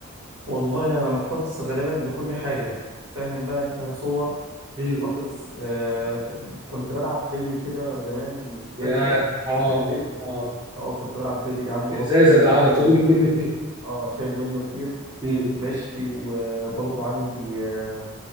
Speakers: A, on the right (about 80°); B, on the right (about 20°).
A: والله انا محتفظ غالبا بكل حاجة فاهم بقى انت صور
B: مم.
A: محتفظ آه كنت بلعب بيلي كده زمان مش
B: ياه
A: فاكره
B: اه
A: فاكر البيلي
B: اه
A: اه كنت بلعب بيلي عندي
B: ازازه
A: برضه شايل
B: ده على
A: شايل
B: طول <laughs>
A: اه شايل منه كتير
B: مم.
A: ماشي وبرضه عندي آه،